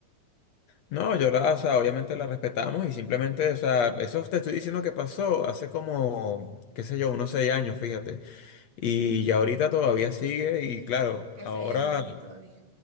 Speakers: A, on the left; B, on the right.
A: No, yo la, o sea, obviamente la respetamos y simplemente, o sea, eso te estoy diciendo que pasó hace como, qué sé yo, unos seis años, fíjate. Y ya ahorita todavía sigue y claro,
B: que
A: ahora
B: seis años y todavía.